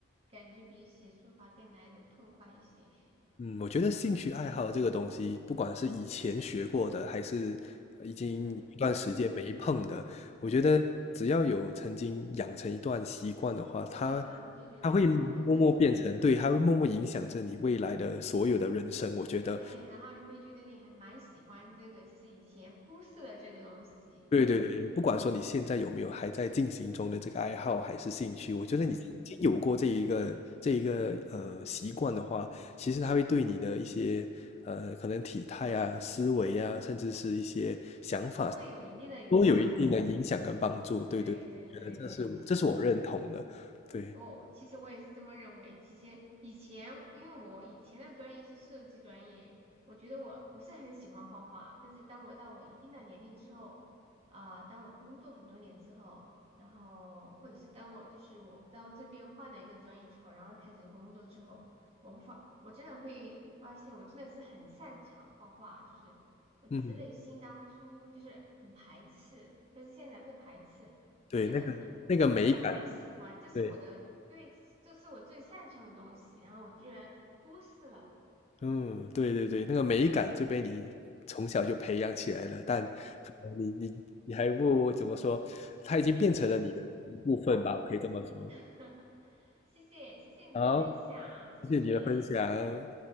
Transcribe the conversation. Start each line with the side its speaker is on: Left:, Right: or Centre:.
Right: 感觉比写书法更来的痛快一些。
Left: 嗯，我觉得兴趣爱好这个东西，不管是以前学过的，还是呃已经一段时间没碰的，
Right: 嗯，嗯
Left: 我觉得只要有曾经养成一段习惯的话，
Right: 对，
Left: 它
Right: 习惯我就觉得它都会成，
Left: 它会默默变成，对，
Right: 嗯
Left: 它会默默影响着你未来的所有的人生。我觉得，
Right: 哎，然后你会觉得你还蛮喜欢这个，其实以前忽视了这个东西，
Left: 对对对，
Right: 真的，
Left: 不管说你现在有没有还在进行中的这个爱好还是兴趣，我觉得你曾经有过这一个这一个呃习惯的话，
Right: 嗯，
Left: 其实它会对你的一些呃可能体态啊、思维啊，甚至是一些想法
Right: 都会有一定的影响的。
Left: 都有一定的影响跟帮助。对对，
Right: 对对对对，
Left: 我觉得这是我这是我认同的。
Right: 是的。
Left: 对，
Right: 哦，其实我也是这么认为。其实以前，因为我以前的专业是设计专业，我觉得我不是很喜欢画画。但是当我到我一定的年龄之后，啊、当我工作很多年之后，然后或者是当我就是我到这边换了一个专业之后，然后开始工作之后，我会发，我真的会发现我真的是很擅长画画，就是我只是内心当初就是很排斥，
Left: 嗯，
Right: 但是现在不排斥，
Left: 对，
Right: 就觉得。
Left: 那个那个美感，
Right: 就还蛮喜欢，这是我的，
Left: 对。
Right: 对，这是我最擅长的东西，然后我居然忽视了，
Left: 嗯，对对对，那个美感就被你从小就培养起来了，但可能你你你还不怎么说，它已经变成了你的一部分吧，我可以这么说。
Right: <laughs> 谢谢，谢谢你的分享，
Left: 好，
Right: 谢谢。
Left: 谢谢你的分享。